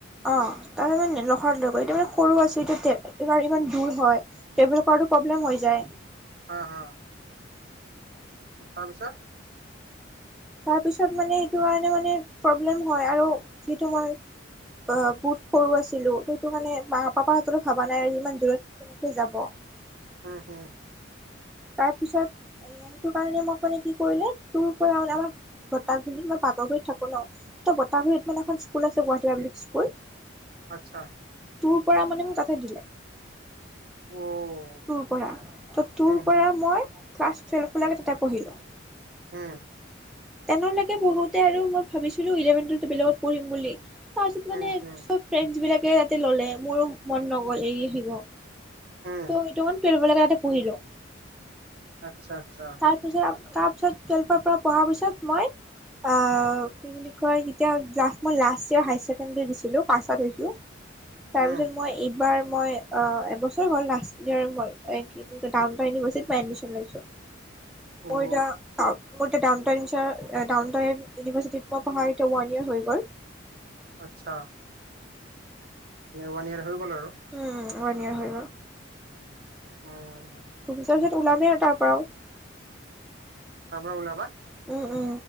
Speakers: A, in the centre; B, on the right (about 50°).
A: অ তাৰ মানে লখৰা লৈ গৈ এতিয়া মানে সৰু আছো এতিয়া এইবাৰ ইমান দূৰ হয় টেবেল কৰাটো প্ৰব্লেম হৈ যায়।
B: অ হা। তাৰ পিছত?
A: তাৰ পিছত মানে সেইটো কাৰণে মানে প্ৰব্লেম হয়, আৰু যিটো মই অ বহুত সৰু আছিলো, ত এইটো কাৰনে মানে মা পাপাৰ হাতৰ ভবা নাই আৰু ইমান দূৰত কেনেকে যাব।
B: হম হু
A: তাৰপিছত এ সেইটো কাৰণে মোক মানে কি কৰিলে তোৰ পৰা মানে আমাক বতাহ বুলি মই পাগৰ কৰি থাকো ন ত বাতাহগুৰিত মানে এখন স্কুল আছে গুৱাহাটী পাবলিক স্কুল।
B: আচ্ছা
A: টু পৰা মানে মোক তাতে দিলে
B: অ
A: টু পৰা, টুৰ
B: হম হম
A: পৰা মই ক্লাছ টুৱেল্ভ লৈকে তাতে পঢ়িলো।
B: হ
A: টেন লেকে পঢ়োতে আৰু মই ভাবিছিলোঁ ইলেভেনটো বেলেগত পঢ়িম বুলি। তাৰপিছত
B: হম
A: মানে
B: হম
A: মোৰ চব ফ্ৰেণ্ড বিলাকে তাতে ললে মোৰো মন নগল এৰি আহিব।
B: হম
A: ত সেইটো কাৰণে টোৱেলভৰলেকে ইয়াতে পঢ়িলোঁ
B: আচ্ছা আচ্ছা
A: তাৰ তাৰ পিছত টুৱেল্ভৰ পৰা পঢ়াৰ পিছত মই অ কি বুলি মই তেতিয়া লাছ মই লাষ্ট ইয়াৰ হাই ছেকেণ্ডাৰী দিছিলোঁ, পাছো হৈছোঁ। তাৰ
B: হম
A: পিছত মই এইবাৰ মই অ এবছৰ হল লাষ্ট ইয়েৰ মই এ কি বুলি কয় টাউনতৰ ইউনিভাৰ্চিটি মই এডমিশ্যন লৈছোঁ।
B: অ
A: মই এতিয়া টাউন মই এতিয়া টাউন টাউনতৰ ইভাৰ্চিটিত মই পঢ়া এতিয়া ওৱান ইয়ৰ হৈ গ'ল।
B: আচ্ছা। মানে ওৱান ইয়েৰ হৈ গ'ল আৰু।
A: উম ওৱান ইয়াৰ হৈ গ'ল।
B: উম
A: দুবছৰ পিছত উলামে আৰু তাৰ পৰাও।
B: তাৰ পৰা ওলাবা?
A: উম উম।